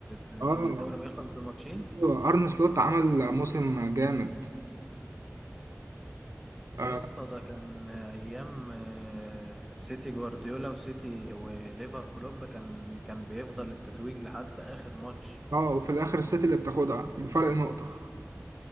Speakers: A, in the centre; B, on the right.
A: ب...
B: اه
A: قبل الدوري ما يخلص بماتشين
B: أيوة، أرن سلوت عمل موسم جامد اه
A: يا اسطى ده كان أيام آه، سيتي جوارديولا وسيتي وليفر كلوب كان كان بيفضل التتويج لحد آخر ماتش
B: آه، وفي الآخر السيتي اللي بتاخدها بفرق نقطة